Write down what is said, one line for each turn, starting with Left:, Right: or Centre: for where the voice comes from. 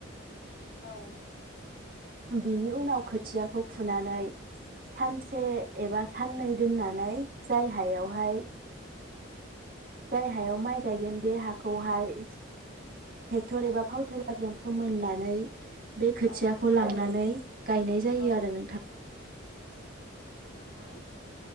Left: औ
Right: बिनि उनाव खोथियाखौ फुनानै सानसे एबा साननै दोननानै जाय हायावहाय
Left: औ
Right: जाय हायाव माइ गायगोन बे हाखौहाय ट्रेक्टर
Left: औ
Right: एबा पावार टेलारजों फोमोननानै बे खोथियाखौ
Left: औ
Right: लांनानै गायनाय जायो
Left: औ
Right: आरो नोंथां।
Left: थां।